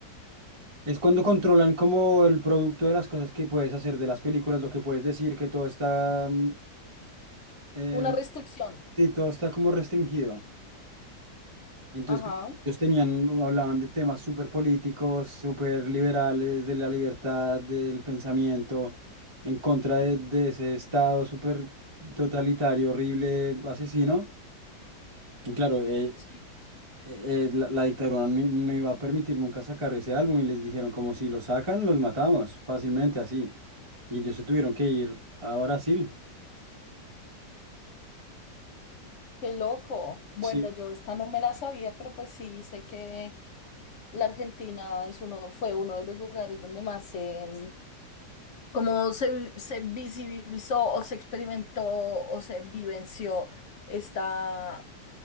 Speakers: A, on the right; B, on the left.
A: Es cuando controlan como el producto de las cosas que puedes hacer, de las películas, lo que puedes decir, que todo está... mm, Em,
B: una restricción.
A: Sí, todo está como restringido. Entonces,
B: Ajá.
A: como ellos tenían, hablaban de temas súper políticos, súper liberales, de la libertad, del pensamiento, en contra de, de ese Estado súper totalitario, horrible, asesino. Y claro, eh,
B: Sí,
A: eh, eh, la, la dictadura no, i- no iba a permitir nunca sacar ese álbum y les dijeron, como si lo sacan, los matamos fácilmente así. Y ellos se tuvieron que ir a Brasil.
B: qué loco. Bueno,
A: Sí,
B: yo esta no me la sabía, pero pues sí, sé que la Argentina es uno, fue uno de los lugares donde más se cómo se, se visibilizó o se experimentó o se vivenció esta,